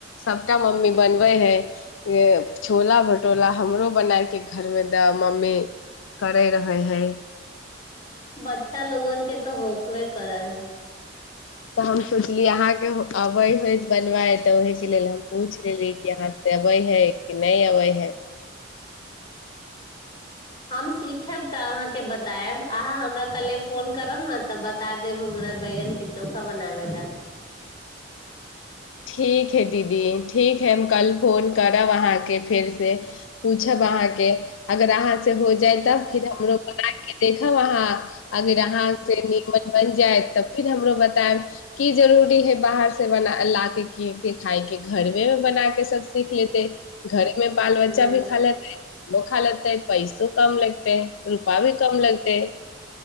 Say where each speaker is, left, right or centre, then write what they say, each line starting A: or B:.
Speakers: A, on the left; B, on the left.
A: सभटा मम्मी बनबैत हइ छोला भटूला हमरो बनायके घरमे दऽ मम्मी। करैत रहै हइ।
B: बच्चा लोगने तऽ होखबे करै है।
A: तऽ हम सोचलिय अहाँके अबै हइ बनबााय तऽ ओहहिके लेल हम पूछि लेली कि यहाँ से अबै हइ कि नहि अबै हइ।
B: हम सीखब तऽ अहाँके बतायब अहाँ हमरा कल्हिे फोन करब ने तऽ बता देब हमरा बैगनके चोखा बनाबै लए।
A: ठीक हइ दीदी ठीक हइ हम कल फोन करब अहाँ। फेर से प अ अगर अहाँ हो तब फर हमरो बना के देखब अहाँ अगर अहाँ से नीमन बन जायत तऽ फिर हमरो बतायब की जरुररी है बाहर से बना ला की के खाायके घरमे मे बना के सब सीख लेतै घर मे बाल
B: हूँ
A: बच्चा भी खा लेता है। बोखा लगतै पैसो कम लगतै रूपा भी कम लगतै।